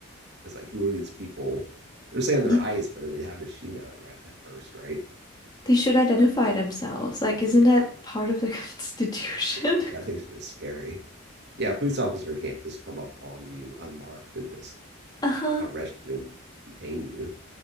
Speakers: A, on the right; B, on the left.
A: because like who are these people? They're saying they're
B: Yeah.
A: ice, but I mean, how does she know it right at first, right?
B: They should identify
A: So
B: themselves. Like, isn't
A: yeah,
B: that part of the <laughs> Constitution?
A: Yeah, yeah,
B: <laughs>
A: I think it's just scary. Yeah, a police officer can't just come up on you unmarked and just
B: Uh-huh.
A: arrest you and detain you.